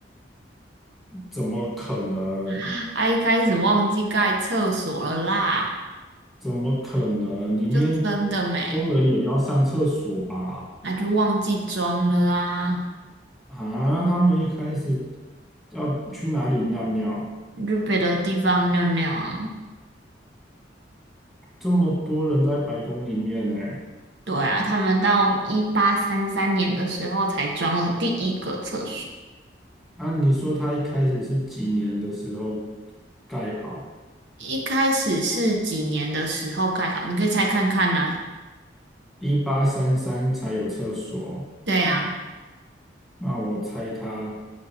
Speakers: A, in the centre; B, on the right.
A: 怎么可能？
B: <laughs> 他一开始忘记盖厕所了啦，
A: 怎么可能？里面
B: 就真的没，
A: 工人也要上厕所吧？
B: 那就忘记装了啊，
A: 啊，那他们一开始要去哪里尿尿？
B: 就别的地方尿尿啊。
A: 这么多人在白宫里面呢、
B: 对啊，他们到一八三三年的时候才装了第一个厕所。
A: 啊，你说他一开始是几年的时候盖好？
B: 一开始是几年的时候盖好？你可以猜看看呐、
A: 一八三三才有厕所，
B: 对啊，
A: 那我猜他